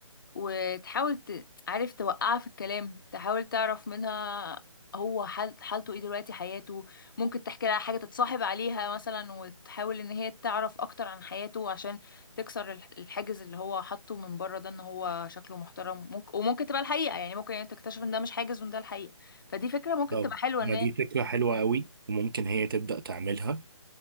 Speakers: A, on the left; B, on the right.
A: وتحاول ت- عارف توقعها في الكلام تحاول تعرف منها هو حال حالته ايه دلوقتي حياته ممكن تحكي لها حاجه تتصاحب عليها مثلا وتحاول ان هي تعرف اكتر عن حياته عشان تكسر الح- الحاجز اللي هو حاطه من بره ده ان هو شكله محترم ممكن وممكن تبقى الحقيقه يعني ممكن يعني تكتشف ان ده مش حاجز وان ده الحقيقه فدي فكره ممكن
B: طب
A: تبقى حلوه
B: ما
A: ان هي
B: دي فكرة حلوة قوي وممكن هي تبدأ تعملها